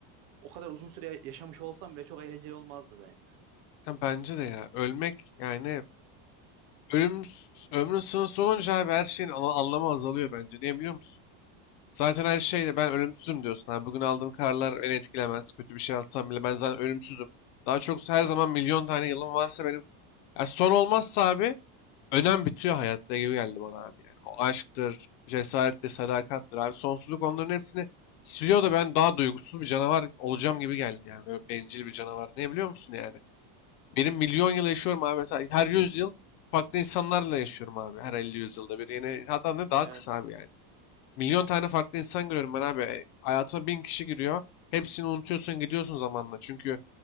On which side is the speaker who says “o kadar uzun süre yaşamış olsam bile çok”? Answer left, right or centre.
Right